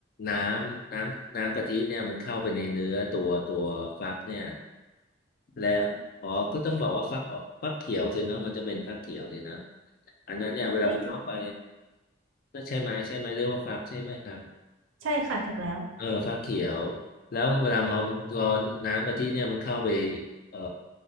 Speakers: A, on the left; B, on the right.
A: น้ำน้ำน้ำกะทิเนี่ยมันเข้าไปในเนื้อตัวตัวฟักเนี่ยและ อ๋อก็ต้องบอกว่าฟักออกฟักเขียวสิเนอะมันจะเป็นฟักเขียวสินะอันนั้นเนี่ยเวลามันเข้าไป
B: เอ้ยแต่
A: ก็ใช่ไหมใช่ไหมเรียกว่าฟักใช่ไหมครับ
B: ใช่ค่ะถูกแล้ว
A: เออฟักเขียวแล้วเวลาเอามันร้อนน้ำกะทิเนี่ยมันเข้าไปเอ่อ